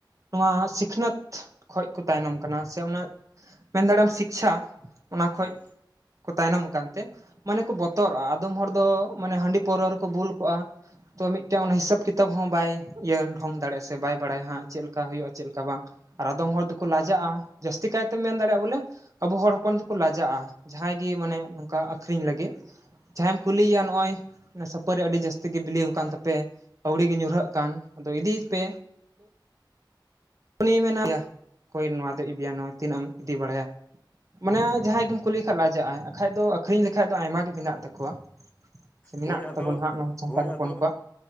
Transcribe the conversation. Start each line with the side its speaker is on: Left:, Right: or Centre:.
Right: ᱱᱚᱣᱟ ᱥᱤᱠᱷᱱᱟᱹᱛ ᱠᱷᱚᱡ ᱠᱚ ᱛᱟᱭᱱᱚᱢ ᱠᱟᱱᱟ ᱥᱮ ᱚᱱᱟ ᱢᱮᱱ ᱫᱟᱲᱮᱭᱟᱢ ᱥᱤᱠᱪᱷᱟ ᱚᱱᱟ ᱠᱷᱚᱡ
Left: ᱦᱮᱸ
Right: ᱠᱚ ᱛᱟᱭᱱᱚᱢ ᱟᱠᱟᱱᱛᱮ ᱢᱟᱱᱮ ᱠᱚ ᱵᱚᱛᱚᱨᱚᱜᱼᱟ ᱟᱫᱚᱢ ᱦᱚᱲ ᱫᱚ ᱢᱟᱱᱮ ᱦᱟᱺᱰᱤ ᱯᱟᱹᱣᱨᱟᱹ ᱨᱮᱠᱚ ᱵᱩᱞ ᱠᱚᱜᱼᱟ ᱛᱚ ᱢᱤᱫᱴᱮᱱ ᱚᱱᱟ ᱦᱤᱥᱟᱹᱵᱽ ᱠᱤᱛᱟᱹᱵᱽ ᱦᱚᱸ ᱵᱟᱭ ᱤᱭᱟᱹ ᱰᱷᱚᱝ ᱫᱟᱲᱮᱭᱟᱜᱼᱟ ᱥᱮ ᱵᱟᱭ ᱵᱟᱲᱟᱭᱟ ᱦᱟᱸᱜ ᱪᱮᱫ ᱞᱮᱠᱟ ᱦᱩᱭᱩᱜᱼᱟ ᱪᱮᱫ ᱞᱮᱠᱟ ᱵᱟᱝ ᱟᱨ ᱟᱫᱚᱢ ᱦᱚᱲ ᱫᱚᱠᱚ ᱞᱟᱡᱟᱜᱼᱟ ᱡᱟᱹᱥᱛᱤ ᱠᱟᱭᱛᱮᱢ ᱢᱮᱱ ᱫᱟᱲᱮᱭᱟᱜᱼᱟ ᱵᱚᱞᱮ ᱟᱵᱚ ᱦᱚᱲ ᱦᱚᱯᱚᱱ ᱫᱚᱠᱚ ᱞᱟᱡᱟᱜᱼᱟ ᱡᱟᱦᱟᱸᱭ ᱜᱮ ᱢᱟᱱᱮ ᱱᱚᱝᱠᱟ ᱟᱹᱠᱷᱨᱤᱧ ᱞᱟᱹᱜᱤᱫ ᱡᱟᱦᱟᱸᱭᱮᱢ ᱠᱩᱞᱤᱭᱮᱭᱟ ᱱᱚᱜᱼᱚᱭ ᱥᱟᱹᱯᱟᱹᱨᱤ ᱟᱹᱰᱤ ᱡᱟᱹᱥᱛᱤ ᱜᱮ ᱵᱤᱞᱤᱣ ᱠᱟᱱ ᱛᱟᱯᱮ ᱟᱹᱣᱲᱤ ᱜᱮ ᱧᱩᱨᱦᱟᱹᱜ ᱠᱟᱱ ᱟᱫᱚ ᱤᱫᱤᱭ ᱯᱮ ᱩᱱᱤᱭ ᱢᱮᱱᱟᱭ ᱚᱠᱚᱭ ᱱᱚᱣᱟ ᱫᱚᱭ ᱤᱫᱤᱭᱟ ᱱᱚᱣᱟ ᱛᱤᱱᱟᱹᱜ ᱮᱢ ᱤᱫᱤ ᱵᱟᱲᱟᱭᱟ ᱢᱟᱱᱮ ᱡᱟᱦᱟᱸᱭ ᱜᱮᱢ ᱠᱩᱞᱤ ᱞᱮᱠᱷᱟᱡ ᱞᱟᱡᱟᱜᱼᱟᱭ ᱵᱟᱠᱷᱟᱡ ᱫᱚ ᱟᱠᱷᱨᱤᱧ ᱞᱮᱠᱷᱟᱡ ᱫᱚ ᱟᱭᱢᱟ ᱜᱮ ᱢᱮᱱᱟᱜ ᱛᱟᱠᱚᱣᱟ ᱥᱮ ᱢᱮᱱᱟᱜ
Left: ᱦᱳᱭ ᱟᱫᱚ
Right: ᱛᱟᱵᱚᱱᱟ ᱦᱟᱸᱜ ᱱᱚᱣᱟ ᱥᱟᱱᱛᱟᱞ
Left: ᱦᱳᱭ
Right: ᱦᱚᱯᱚᱱ
Left: ᱟᱫᱚ
Right: ᱠᱚᱣᱟᱜ